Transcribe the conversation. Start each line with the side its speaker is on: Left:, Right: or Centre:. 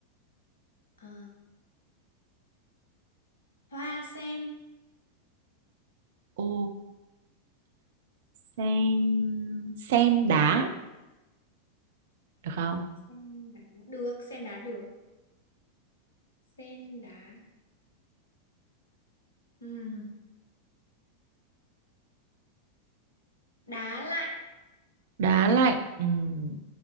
Left: Ờ, hoa sen.
Right: Ồ, Sen sen đá được không?
Left: Sen đá. Được sen đá được. Sen đá. Ừm, Đá lạnh.
Right: đá lạnh Ừm,